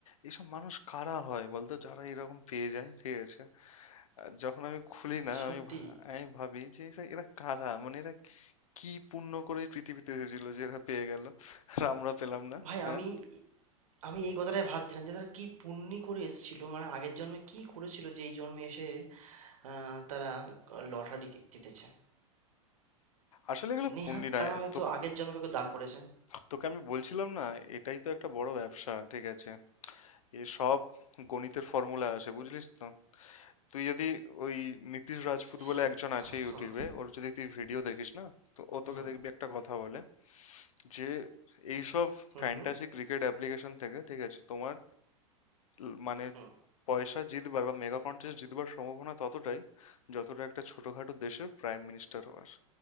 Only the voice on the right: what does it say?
সত্যি
ভাই
আমি আমি এই কথাটাই ভাবছিলাম যে তারা কি পুণ্যি করে এসেছিল মানে আগের জন্মে কি করেছিল যে এই জন্মে এসে আহ, তারা লটারি জিতেছে
নেহাত
তারা হয়তো
আগের জন্মে কাউকে দান করেছে
সে-
হুম
হুম
হুম
হুম
হুম